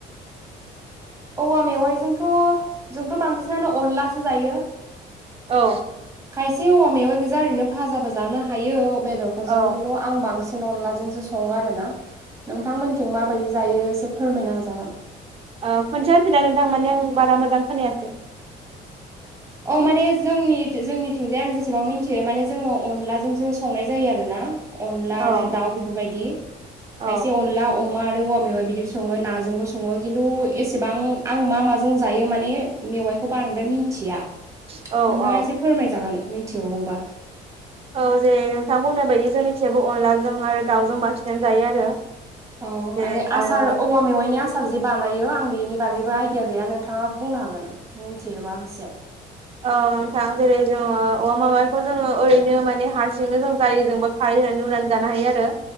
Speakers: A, on the right; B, on the right.
A: औवा मेवाइजोंथ' जोंथ' बांसिनानो अनलासो जायो।
B: औ।
A: खायसे औवा मेवाइ गोजा ओरैनो फाजााबो जानो हायो बेदरफोरजों
B: औ
A: खिन्थु आं बांसिन बांसिन अनलाजोंसो सङो आरो ना, नोंथांमोनथिं माबायदि जायो एसे फोरमायनो हाजागोन।
B: ओ खनसेथिनानै नोंथां माने आं बारा मोजां खोनायाखै ।
A: अ माने जोंनि जोंनिथिंजाय आं जेसेबां मिथियो माने जोङो अनलाजोंसो संनाय जायो आरोना । अनला आरो
B: औ
A: दाउ बेफोरबायदि
B: औ
A: खायसे अनला अमा आरो औवा मेवाइ बिदिबो संओ खिन्थु एसेबां आं मा मा जों जायो माने मेवाइ खो बद्राय मिथिया
B: औ
A: नोंथाङा
B: औ
A: एसे फोरमाय जागोन मिथिबा?
B: औ जे नोंथां बुंनाय बायदि जोंनिफ्रायबो अनलाजों आरो दाउजों बांसिननानै जायो आरो।
A: औ
B: जेरै
A: आरो आसार
B: औ
A: औवा मेवाइनि आसार जे बानायो आं बेनि बागैबो आइदि दिमा गैया नोंथाङा बुंनो हागोन मिथियोबा एसे।
B: औ नोंथां जेरै जोङो औमा माबाखौ जोङो ओरैनो माने हारसिंनो जों जारिजोंबो खारै रुनानै जानो हायो आरो।